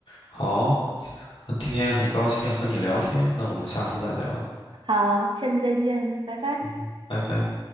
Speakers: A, on the left; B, on the right.
A: 好，今天很高兴和你聊天，那我们下次再聊。
B: 好，下次再见，拜拜。
A: 嗯哼，拜拜。